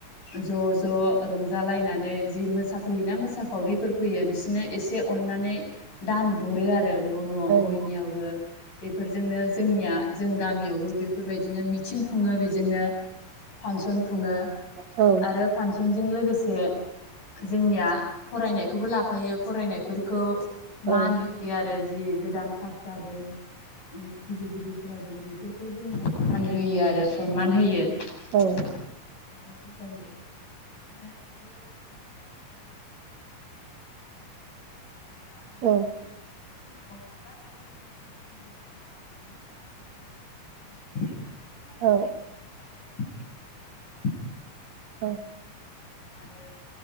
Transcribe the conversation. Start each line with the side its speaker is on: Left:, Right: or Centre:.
Left: ज ज रंजालायनानै जि मोसा फैयोना मोसाखावरिफोर फैयो बिसोरनो एसे अननानै दान हरो आरो आरो न न
Right: औ
Left: बयनियावबो बेफोरजोंनो जोंनिया जों गामियावबो बेफो बेफोरबायदिनो मिथिं खुङो बेजोंनो फांसन खुङो
Right: औ
Left: आरो फांसनजों लोगोसे जोंनिया फरायनायखौबो लाफायो फरायनायफोरखौ
Right: औ
Left: मान होयो आरो जि गोदान पास जादों गिदिर गिदिर फरायदों बेफोरखौ जोंनिया मान होयो आरो सनमान
Right: औ
Left: होयो आरो बुजायो बिदिनो ज खाना <unintelligible> आरो मोसानानै थानायाव
Right: औ
Left: जोंनि जोंनियाव बारा जुमायफोर लोंनाय गैया आरो बिदिनो साहाफोरजों बांसिन माबायो जुमाय लोंनाय
Right: औ
Left: दं होनबाबो। एसे खम आरो जोंनियावबो
Right: <unintelligible>
Left: आरो